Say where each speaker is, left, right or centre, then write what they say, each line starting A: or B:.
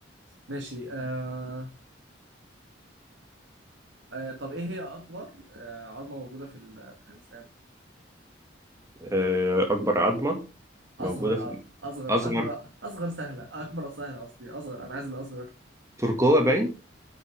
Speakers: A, on the right; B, on the right.
A: ماشي آه آه طب ايه هي اصغر آه عظمة موجودة في ال- في الانسان
B: آه، أكبر عظمة موجودة
A: اصغر
B: في
A: عظم- اصغر
B: أصغر
A: اكبر اصغر سهلة اكبر سهلة قصدي اصغر انا عايز الاصغر
B: تركوة باين